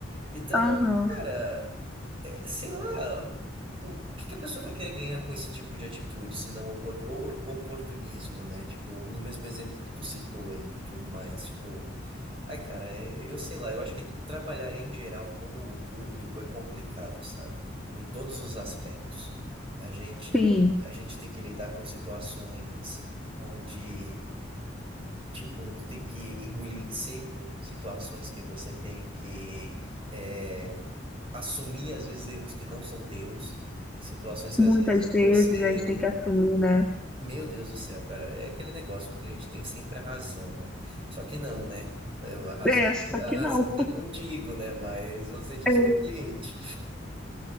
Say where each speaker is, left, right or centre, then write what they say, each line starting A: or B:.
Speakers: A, on the right (about 30°); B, in the centre.
A: Então,
B: Aham,
A: cara, sei lá, o que que a pessoa vai querer ganhar com esse tipo de atitude, se não opor- or- oportunismo, né? Tipo, no mesmo exemplo que tu citou aí, e tudo mais, tipo, ai, cara, é- eu sei lá, eu acho que trabalhar em geral com o público é complicado, sabe? Em todos os aspectos. A gente,
B: sim.
A: a gente tem que lidar com situações onde Tipo, tu tem que engolir em seco situações que você tem que é, assumir, às vezes, erros que não são teus, situações que,
B: Muitas
A: às vezes,
B: vezes
A: você...
B: a gente tem que assumir, né?
A: Meu Deus do céu, cara, é aquele negócio, o cliente tem sempre a razão, né? Só que não, né? É, A razão,
B: É, só
A: a
B: que
A: razão
B: não.
A: tá contigo, né? Mas você diz
B: É,
A: que é o cliente.